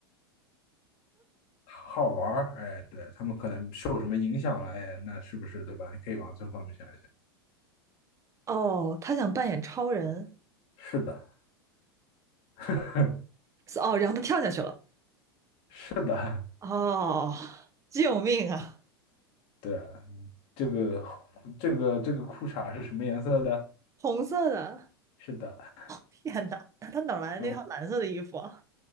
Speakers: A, on the left; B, on the right.
A: 好玩儿，哎，对，他们可能受什么影响了，哎，那是不是对吧？你可以往这方面想一想。
B: 哦，他想扮演超人，
A: 是的，<laughs>
B: 哦，然后他跳下去了，
A: 是的，
B: 哦，救命啊！
A: 对啊，这个这个这个裤衩是什么颜色的？
B: 红色的，
A: 是的，
B: 天哪，那他哪来的那套蓝色的衣服啊？
A: 嗯，